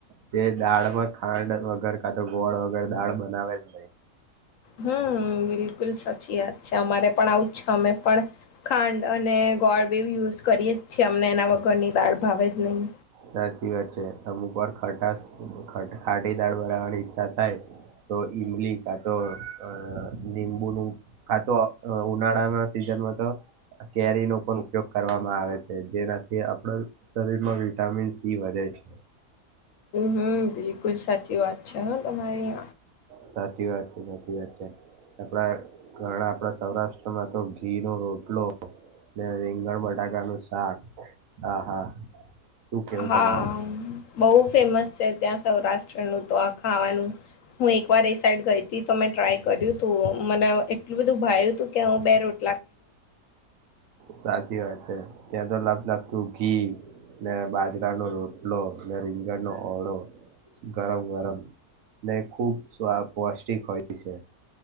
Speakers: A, on the right; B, on the left.
A: તે દાળમાં ખાંડ વગર કાતો ગોળ વગર દાળ બનાવે જ નહી
B: હમ બિલકુલ સાચી વાત છે અમારે પણ આવુંજ છે અમે પણ ખાંડ અને ગોળ બેવ યુઝ કરીએ જ છે અમને એના વગરની દાળ ભાવે જ નહીં
A: સાચી વાત છે અમુક વાર ખટાસ ખટ ખાટી દાળ બનાવવાની ઈચ્છા થાય. તો ઈમલી કાતો અ લીંબુનુ કાતો ઉનાળાના સીઝ ઝન માતો કેરીનો પણ ઉપયોગ કરવામાં આવે છે જેનાથી આપણા શરીરમાં વિટામિન સી વધે છે.
B: હમ બિલકુલ સાચી વાત છે હ તમારી
A: સાચી વાત છે સાચી વાત છે. આપડા ઘણા આપડા સૌરાષ્ટ્રમાં તો ઘી નો રોટલો ને રીંગણ બટાકાનું શાક હા હા શું કેવું
B: હા
A: તમારે
B: બોવ ફેમસ છે ત્યાં સૌરાષ્ટ્રનું તો આ ખાવાનું હું એકવાર એ સાઈડ ગઈ તી તો મે ટ્રાય કર્યું તો મને એટલું બધું ભાવ્યું હતું કે હું બે રોટ
A: સાચી વાત છે ત્યાં તો લપલપતું ઘી ને બાજરાનો રોટલો ને રીંગણનો ઓળો ગરમ ગરમ ને ખૂબ સ્વા પૌષ્ટિક હોય છે.